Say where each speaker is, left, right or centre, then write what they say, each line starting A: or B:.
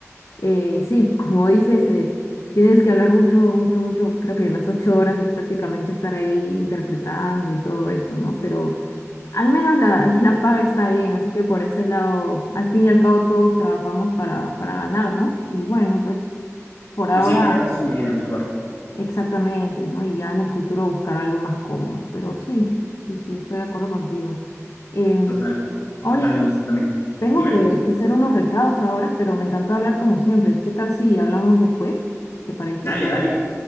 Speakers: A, on the left; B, on the left.
A: eh, sí, <laughs> como dices, eh, tienes que hablar mucho, mucho, mucho, creo que las ocho horas es prácticamente estar ahí interpretando y todo eso, ¿no? Pero... Al menos la, <laughs> la paga está bien, así que por ese lado, al fin y al cabo todos trabajamos para, para ganar, ¿no? Y bueno, pues por
B: Pues
A: ahora
B: sí, para darse una vida mejor,
A: exactamente, ¿no? Y ya en el futuro buscar algo más cómodo, pero sí, sí, sí, estoy de acuerdo contigo. Em,
B: total,
A: oye,
B: total,
A: Luis,
B: ubícame.
A: tengo
B: dímelo,
A: que, que hacer unos recados ahora, pero me encantó hablar como siempre. ¿Qué tal si hablamos después? ¿Te parece?
B: dale, dale,